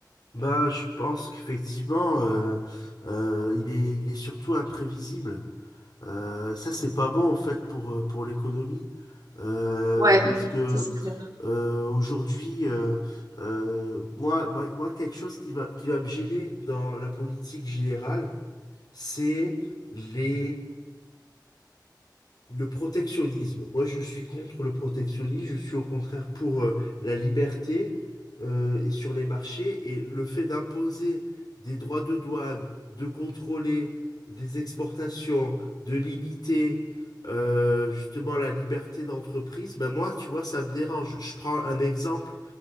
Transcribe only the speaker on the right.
Ouais,
ça c'est clair.